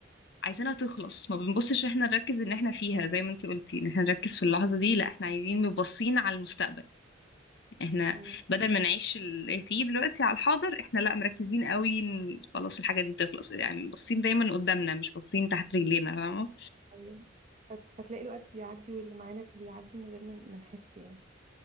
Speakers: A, on the left; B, on the right.
A: عايزينها تخلص ما بنبصش احنا نركز
B: مم.
A: ان احنا فيها زي ما انتي قلتي ان احنا نركز في اللحظة دي لا احنا عايزين مبصين على المستقبل احنا
B: مم.
A: بدل ما نعيش اللي فيه دلوقتي على الحاضر احنا لا مركزين قوي ان خلاص الحاجة دي تخلص يعني باصين دايما قدامنا مش باصين تحت رجلينا فاهمة
B: ايوه فت- فتلاقي الوقت بيعدي واللي معانا بيعدي من غير ما ما نحس يعني